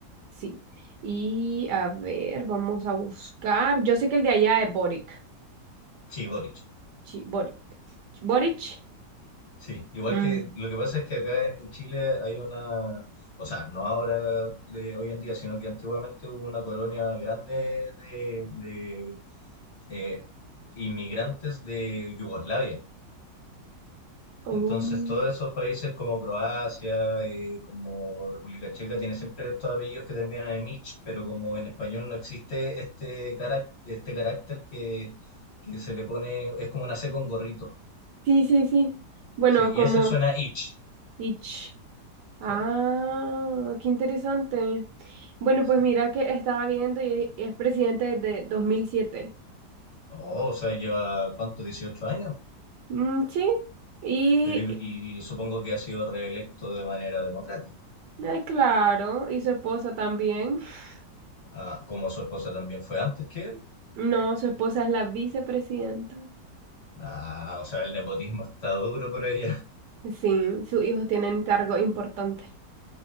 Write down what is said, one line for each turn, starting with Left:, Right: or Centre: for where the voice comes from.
Right: sí. Y a ver, vamos a buscar. Yo sé que el de allá es Boric.
Left: Sí, Boric.
Right: Sí, Boric. Boric.
Left: Sí, igual
Right: Mm.
Left: que lo que pasa es que acá en Chile hay una, o sea, no ahora de hoy en día, sino que antiguamente hubo una colonia grande de, de, eh, inmigrantes de Yugoslavia.
Right: Mm,
Left: Entonces, todos esos países como Croacia, eh, como República Checa, tienen siempre estos apellidos que terminan en ich, pero como en español no existe este, carac- este carácter que, que se le pone, es como una C con gorrito.
Right: sí, sí, sí. Bueno,
Left: Sí, y
Right: como
Left: ese suena ich,
Right: Ich. Ah,
Left: claro.
Right: qué interesante. Bueno,
Left: Sí.
Right: pues mira que estaba viendo y es presidente desde 2007.
Left: Oh, o sea, lleva, ¿cuánto? dieciocho años.
Right: Mm, sí. Y
Left: Pero y, y supongo que ha sido reelecto de manera democrática.
Right: Ay, claro, y su esposa también. <laughs>
Left: Ah, como su esposa también fue antes que él.
Right: No, su esposa es la vicepresidenta.
Left: Ah, o sea, el nepotismo está duro por ahí.
Right: Sí, sus hijos tienen cargo importante.